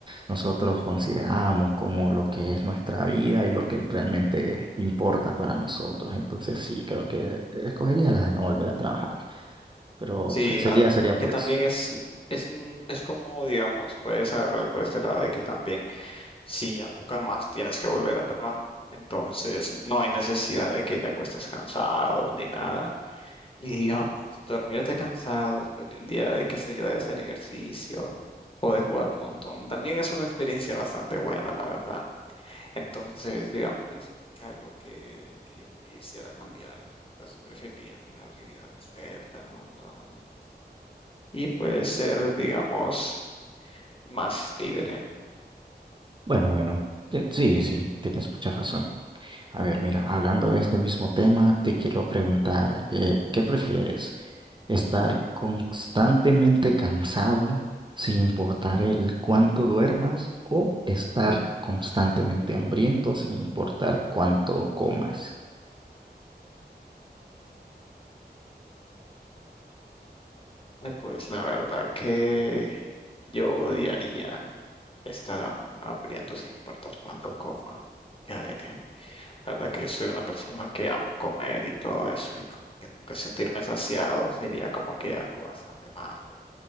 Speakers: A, on the right; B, on the left.
A: nosotros consideramos como lo que es nuestra vida y lo que realmente importa para nosotros. Entonces sí, creo que escogería la de no volver a trabajar, pero
B: Sí,
A: se- sería,
B: a- a-
A: sería
B: porque
A: por
B: también
A: eso.
B: es, es un, es como, digamos, puedes agarrarlo por este lado de que también, si ya nunca más tienes que volver a trabajar, entonces no hay necesidad de que te acuestes cansado ni nada. Y digamos, dormirte cansado después de un día de, qué sé yo, de hacer ejercicio o de jugar un montón, también es una experiencia bastante buena, la verdad. Entonces, digamos, no es como que algo que, que yo quisiera cambiar. eh. Entonces preferiría tener mi vida resuelta, no trabajar más. Y puede ser, digamos, más libre.
A: Bueno, bueno, eh, sí, sí, tienes mucha razón. A ver, mira, hablando de este mismo tema, te quiero preguntar, eh, ¿qué prefieres? ¿Estar constantemente cansado sin importar el cuánto duermas o estar constantemente hambriento sin importar cuánto comas?
B: Ay, pues la verdad que yo odiaría. Estar ham- hambriento sin importar cuánto coma. Ya veré. La verdad que yo soy una persona que amo comer y todo eso y como que nunca sentirme saciado sería como que algo bastante malo.